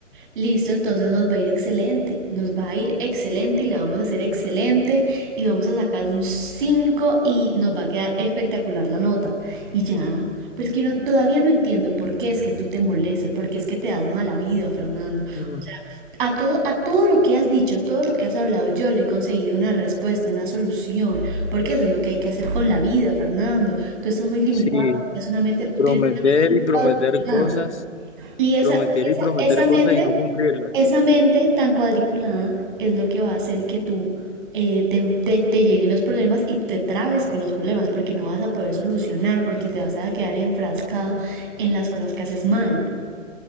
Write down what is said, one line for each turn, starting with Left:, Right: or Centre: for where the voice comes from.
Right: Listo, entonces nos va a ir excelente, nos va a ir excelente y la vamos a hacer excelente y vamos a sacar un 5 y nos va a quedar espectacular la nota. Y ya, pero es que yo no- todavía no entiendo por qué es que tú te molestas, por qué es que te das mala vida, Fernando. O
Left: Mm,
Right: sea, a todo, a todo lo que has dicho, todo lo que has hablado, yo le he conseguido una respuesta, una solución, porque eso es lo que hay que hacer con la vida, Fernando. Tú estás muy limitado,
Left: Sí,
Right: tienes una mente,
Left: prometer
Right: tienes una mente muy
Left: y prometer
Right: cuadriculada.
Left: cosas,
Right: Y esa,
Left: prometer
Right: esa,
Left: y prometer
Right: esa mente
Left: cosas y no cumplirlas.
Right: esa mente tan cuadriculada es lo que va a hacer que tú eh, te, te- te lleguen los problemas y te trabes con los problemas porque no vas a poder solucionar, porque te vas a quedar enfrascado en las cosas que haces mal.